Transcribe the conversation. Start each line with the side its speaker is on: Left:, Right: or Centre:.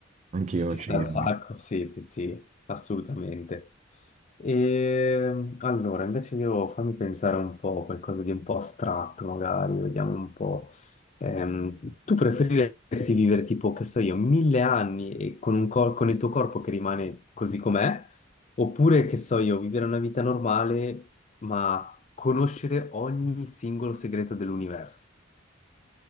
Right: Anche io
Left: Ci
Right: sceglierei
Left: sta un sacco,
Right: questo.
Left: sì, sì, sì, assolutamente. E allora, invece io fammi pensare un po', qualcosa di un po' astratto magari, vediamo un po'. Ehm, tu preferiresti vivere tipo, che so io, mille anni e con, un cor- con il tuo corpo che rimane così com'è, oppure, che so io, vivere una vita normale ma conoscere ogni singolo segreto dell'universo?